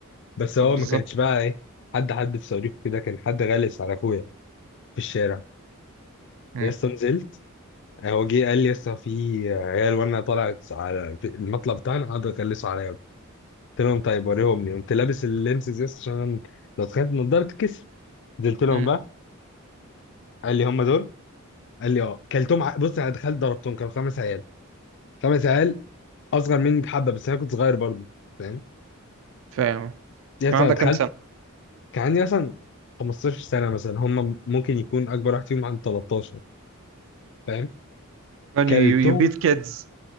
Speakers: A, on the left; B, on the right.
A: بس هو
B: بالظبط
A: ما كانش بقى ايه حد حد في صديقه كده كان حد غلس على اخويا في الشارع
B: امم
A: يا اسطى نزلت هو جه قال لي يا اسطى في عيال وانا طلعت على في المطلب بتاعنا قعدوا يغلسوا عليا قلت لهم طيب وريهم لي قمت لابس اللينسز يا اسطى عشان أنا لو تخيلت النضاره تتكسر نزلت لهم
B: امم
A: بقى قال لي هم دول قال لي اه كلتهم ع... بص انا دخلت ضربتهم كانوا خمس عيال خمس عيال اصغر مني بحبه بس انا كنت صغير برضه فاهم
B: فاهم
A: يعني
B: كان
A: مثلا
B: عندك
A: دخلت
B: كام سنه
A: كان عندي مثلا 15 سنه مثلا هم ممكن يكون اكبر واحد فيهم عنده 13 فاهم
B: فاهم
A: كلتهم
B: يو بيت كيدز